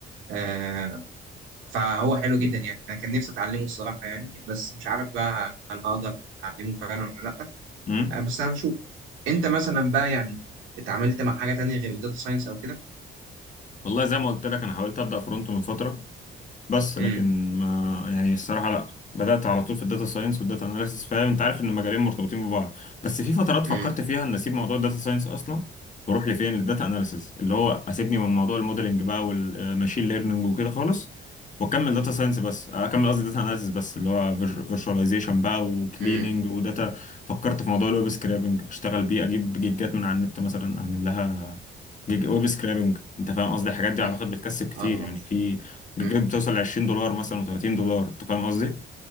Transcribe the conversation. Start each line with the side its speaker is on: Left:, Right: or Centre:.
Right: آه، فهو حلو جدا يعني انا كان نفسي اتعلمه الصراحه يعني بس مش عارف بقى هل هقدر اتعلمه فعلا ولا لا
Left: مم؟
Right: آه، بس هنشوف انت مثلا بقى يعني اتعاملت مع حاجه تانية غير الداتا ساينس او كده
Left: والله زي ما قلت لك انا حاولت ابدا فرونت من فتره بس لكن
Right: امم
Left: ما يعني الصراحة لا بدأت على طول في الداتا ساينس والداتا اناليسيس فاهم انت عارف ان المجالين مرتبطين ببعض بس في فترات
Right: امم
Left: فكرت فيها ان اسيب موضوع الداتا ساينس اصلا واروح لفين للداتا اناليسيس اللي هو اسيبني من موضوع الموديلنج بقى والماشين ليرنينج وكده خالص واكمل داتا ساينس بس آه، اكمل قصدي داتا اناليسيس بس اللي هو فيرشواليزيشن بقى وكليننج
Right: امم
Left: وداتا فكرت في موضوع الويب سكرابنج اشتغل بيه اجيب جيجات من على النت مثلا اعمل لها جيج ويب سكرابنج انت فاهم قصدي الحاجات دي اعتقد
Right: أمم.
Left: بتكسب كتير
Right: اه
Left: يعني
Right: اه
Left: في بجد
Right: امم
Left: بتوصل ل 20 دولار مثلا و30 دولار انت فاهم قصدي